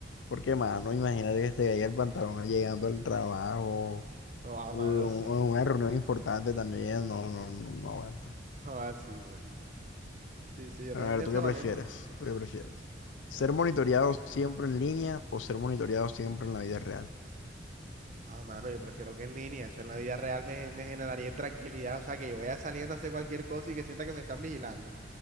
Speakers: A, on the left; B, on the right.
A: Porque, mano, imagínate que te caiga el pantalón llegando al trabajo.
B: Oh, ah,
A: un
B: mano, sí.
A: una reunión importante también, no, no, no, no aguanta.
B: Oh, ah, sí, marica. Sí, sí, yo
A: Pero
B: también
A: a ver,
B: pienso
A: ¿tú qué
B: lo
A: prefieres?
B: mismo.
A: ¿Tú qué prefieres? ¿Ser
B: Ajá.
A: monitoreado siempre en línea o ser monitoreado siempre en la vida real?
B: Ah, mano, yo prefiero que en línea. Eso en la vida real me, me generaría tranquilidad. O sea, que yo vaya saliendo a hacer cualquier cosa y que sienta que me están vigilando.